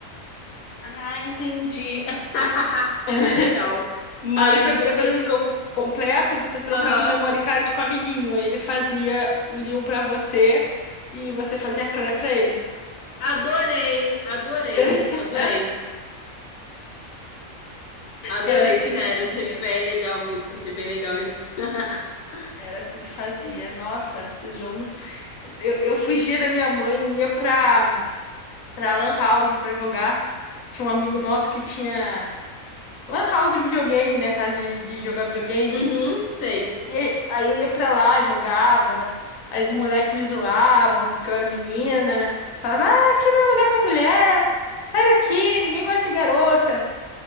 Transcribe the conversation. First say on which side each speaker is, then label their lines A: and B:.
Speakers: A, on the left; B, on the left.
A: Ah, entendi. <laughs>
B: <laughs>
A: Bem legal. Mas
B: Aí, pra
A: você.
B: poder fazer o jogo completo, você trocava
A: Aham.
B: o memory card com o amiguinho. Aí ele fazia o Leon pra você e você fazia a Claire pra ele.
A: Adorei, adorei,
B: <laughs>
A: adorei. Adorei,
B: Era assim
A: sério.
B: que fazia.
A: Achei bem legal isso. Achei bem legal. hein? <laughs>
B: Era assim que fazia. Nossa, esses jogos. Eu, eu fugia da minha mãe e ia pra, pra Lan House pra jogar. Tinha um amigo nosso que tinha. Lan house de videogame, né? Casa de, de jogar videogame.
A: Uhum, sei.
B: E aí aí eu ia pra lá, jogava. Aí os moleques me zoavam porque eu era menina. Falava, ah, aqui não é lugar pra mulher. Sai daqui, ninguém gosta de garota.